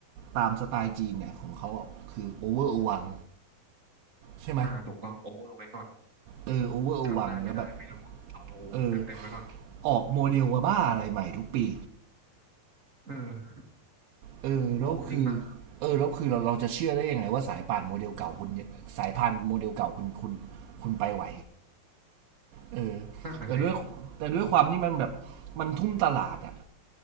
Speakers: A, on the right; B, on the right.
A: ตามสไตล์จีนเนี่ยของเขาคือโอเวอร์อวังใช่ไหม
B: อ่าถูกต้องโอเวอร์ไว้ก่อน
A: เออโอเวอร์อวังแล้วแบบ
B: ทำได้ไม่ได้ไม่รู้อะเอาเต็มเต็มไว้ก่อน
A: เออออกโมเดลว่าบ้าอะไรใหม่ทุกปี
B: เออ
A: เออแล้วคือ
B: งงจริงนะ
A: เออแล้วคือเราเราจะเชื่อได้ยังไงว่าสายป่านโมเดลเก่าคุณเนี่ยสายพานโมเดลเก่าคุณคุณคุณไปไหวเออ
B: นั่นน่ะสิ
A: แต่ด้วยแต่ด้วยความที่มันแบบมันทุ่มตลาดอะ